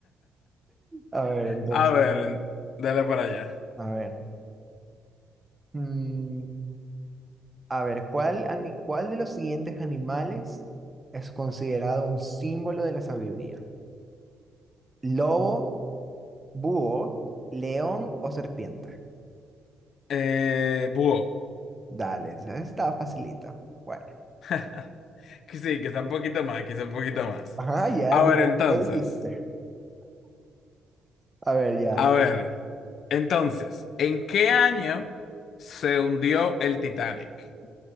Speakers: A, on the right; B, on the left.
A: A ver, entonces.
B: A ver, en- dale para allá.
A: A ver. mm, a ver, ¿cuál, ani- cuál de los siguientes animales es considerado un símbolo de la sabiduría? ¿Lobo, búho, león o serpiente?
B: Eh, búho.
A: Dale, esa está facilita. Bueno.
B: <laughs> Que Sí, quizá un poquito más, quizá un poquito más.
A: Ajá, ya,
B: A
A: mira,
B: ver, entonces,
A: lo dijiste. A ver, ya.
B: a ver, entonces, ¿en qué año se hundió el Titanic?